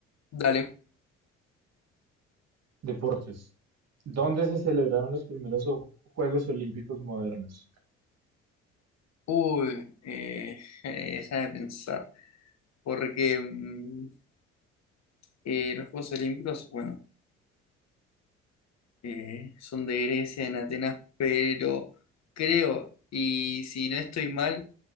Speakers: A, on the left; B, on the right.
A: Dale.
B: Deportes. ¿Dónde se celebraron los primeros o- Juegos Olímpicos modernos?
A: Uy, eh, <laughs> deja de pensar. Porque mm, eh, los Juegos Olímpicos, bueno, eh, son de Grecia, en Atenas, pero creo, y si no estoy mal.